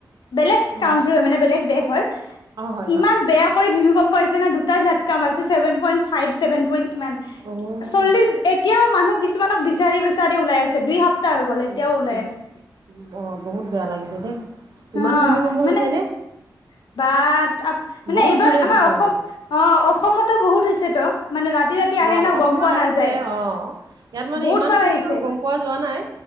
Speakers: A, on the left; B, on the right.
A: বেলেগ
B: অ',
A: কাউণ্টিৰ মানে বেলেগ দেশ হয়
B: অ', হয়,
A: ইমান
B: হয়।
A: বেয়া ভুমিকম্প আহিছে ন'দুটা জাতকা মাৰিছে seven point five seven point ইমান
B: অ',
A: চল্লিচ এতিয়াও মানুহ কিছুমানক বিচাৰি বিচাৰি ওলাই আছে দুই সপ্তাহ হৈ গ'ল এতিয়াও
B: ইচ
A: ওলাই
B: ইচ
A: আছে।
B: অ', বহুত বেয়া লাগিছে দেই ইমান
A: অ
B: ভূমিকম্প হৈছে
A: মানে
B: নে?
A: বা আ মানে
B: বহুত
A: এইবাৰ
B: জোৰে
A: আমাৰ
B: দিছে
A: অসম
B: মানে।
A: অ', অসমতো বহুত হৈছেতো। মানে ৰাতি ৰাতি আহে
B: অ',
A: ন
B: অসমত
A: গম পোৱা
B: আহিছে
A: নাযায়
B: অ', ইয়াত মানে
A: বহুত
B: ইমান
A: বাৰ
B: খিনি
A: আহিছে
B: গম পোৱা যোৱা নাই।